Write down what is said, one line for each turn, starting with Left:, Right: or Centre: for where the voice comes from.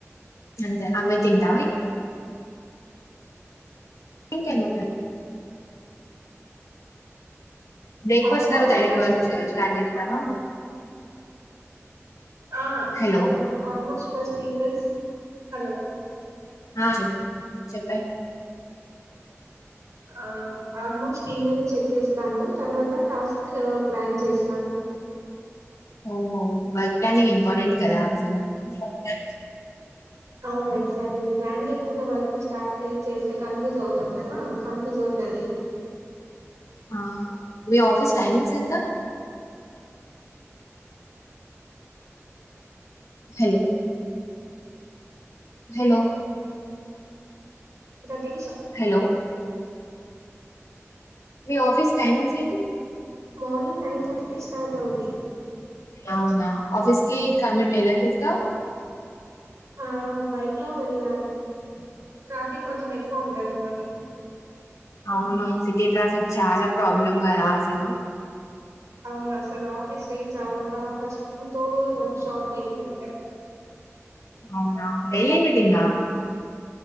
Left: అంతే అవ్వే తింటా ఇంకేమున్నాయ్ బ్రేక్ఫాస్ట్
Right: almost
Left: తర్ direct
Right: first
Left: work start చేస్తావా
Right: ఆ
Left: హలో
Right: అవును ఆల్మోస్ట్ ఫస్ట్ ఈమెయిల్స్ హలో
Left: ఆ చెప్పు చెప్పే
Right: ఆ ఆల్మోస్ట్ ఈమెయిల్ చెక్ చేస్తాను తర్వాత టాస్క్ ప్లాన్ చేస్తాను
Left: ఓహో వర్క్ ప్లానింగ్ ఇంపోర్టెట్ కదా అసలు <inaudible>
Right: అవును ఎగ్జాక్ట్లీ ప్లాన్ లేకుండా వర్క్ స్టార్ట్ ఎ చేస్తే కన్ఫ్యూజ్ అవుతాం కదా కన్ఫ్యూజ్ ఉంటది.
Left: ఆ మీ ఆఫీస్ టైమింగ్స్ ఎంత హలో హలో
Right: థర్టీ కిష్
Left: హలో మీ ఆఫీస్ టైమింగ్స్ ఏంటి
Right: మార్నింగ్ నైన్ థర్టీకి స్టార్ట్ అవుంది
Left: అవునా ఆఫీస్ కి కామెంట్ ఎలా చేస్తావ్
Right: ఆ బైక్ లో వెళ్ళాను ట్రాఫిక్ కొంచెం ఎక్కువ ఉ తది మార్నింగ్
Left: అవును సిటీ ట్రాఫిక్ చాలా ప్రాబ్లం కదా అసలు
Right: అవ్నసాలా కి స్వీట్ అవ్వకా ఫస్ట్ ఇంతో షార్ట్ మీటింగ్ ఉంటా
Left: అవునా డైలీ మీటింగ్